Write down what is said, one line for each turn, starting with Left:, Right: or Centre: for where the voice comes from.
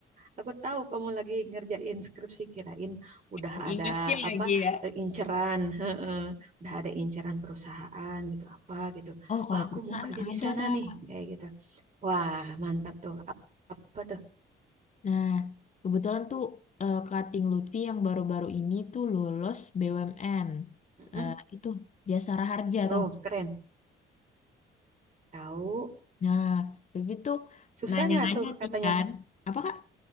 Right: aku tahu kamu lagi ngerjain skripsi, kirain udah
Left: Diingetin
Right: ada apa
Left: lagi ya.
Right: eh, inceran, heeh. Udah ada inceran perusahaan gitu apa gitu.
Left: Oh, kalau
Right: Wah, aku
Left: perusahaan
Right: mau kerja
Left: ada,
Right: di sana nih
Left: Kak.
Right: kayak gitu. Wah, mantap tuh. Ap- Apa tuh?
Left: Nah, kebetulan tuh eh, Kating Lutfi yang baru-baru ini tuh lulus BUMN. S-
Right: Heeh.
Left: eh, itu Jasara Harja atau
Right: Oh,
Left: nggak?
Right: keren. Tahu
Left: Nah, Lutfi tuh
Right: susah
Left: nanya-nanya
Right: nggak tuh
Left: nih
Right: katanya?
Left: kan. Apa, Kak?